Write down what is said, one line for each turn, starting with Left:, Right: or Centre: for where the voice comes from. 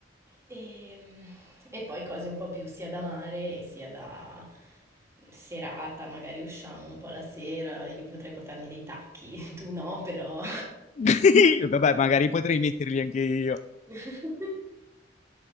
Right: E, e poi cose un po' più sia da mare e sia da serata, magari usciamo un po' la sera, io potrei portarmi dei tacchi, <laughs> tu no, però...
Left: <laughs> Mm. Vabbè, magari potrei metterli anche io.
Right: <laughs>